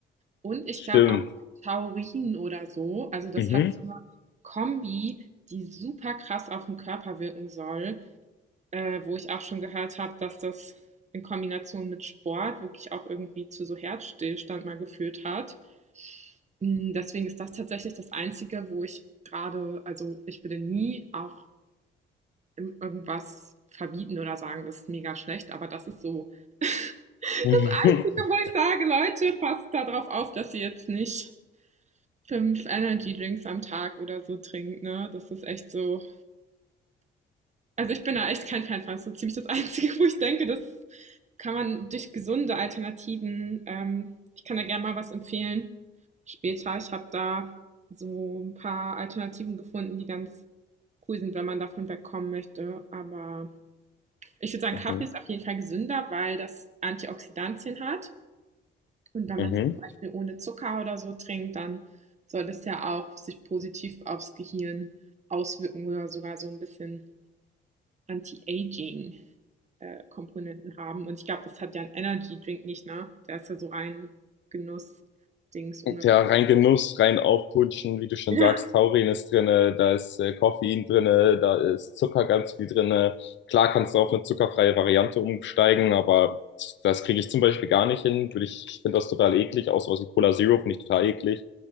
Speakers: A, on the right; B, on the left.
A: und ich
B: Stimmt.
A: glaube auch Taurin oder so. Also, das
B: Mhm.
A: hat so eine Kombi, die super krass auf 'n Körper wirken soll, äh, wo ich auch schon gehört habe, dass das in Kombination mit Sport wirklich auch irgendwie zu so Herzstillstand mal geführt hat. Hm, deswegen ist das tatsächlich das Einzige, wo ich gerade also, ich würde nie auch im irgendwas verbieten oder sagen, das ist mega schlecht, aber das ist so das
B: <laughs>
A: Einzige, wo ich sage: „Leute, passt da drauf auf, dass ihr jetzt nicht“ fünf Energy Drinks am Tag oder so trinkt, ne? Das ist echt so. Also ich bin da echt kein Fan von. Das ist so ziemlich das <laughs> Einzige, wo ich denke, das kann man durch gesunde Alternativen, ähm, ich kann da gerne mal was empfehlen. Später, ich habe da so ein paar Alternativen gefunden, die ganz cool sind, wenn man davon wegkommen möchte. Aber ich würde sagen,
B: Mhm.
A: Kaffee
B: Mhm.
A: ist auf jeden Fall gesünder, weil das Antioxidantien hat. Und wenn
B: Mhm.
A: man's zum Beispiel ohne Zucker oder so trinkt, dann soll das ja auch sich positiv aufs Gehirn auswirken oder sogar so ein bisschen Anti-Aging, äh, Komponenten haben. Und ich glaube, das hat ja ein Energy Drink nicht, ne? Der ist ja so rein Genuss-Dings ohne
B: ja, rein Genuss, rein aufputschen, wie du schon
A: <laughs>
B: sagst, Taurin ist drin, da ist äh, Koffein drin, da ist Zucker ganz viel drin. Klar kannst du auf eine zuckerfreie Variante umsteigen, aber das kriege ich zum Beispiel gar nicht hin. Würde Ich, ich finde das total eklig, außer aus dem Cola Zero finde ich total eklig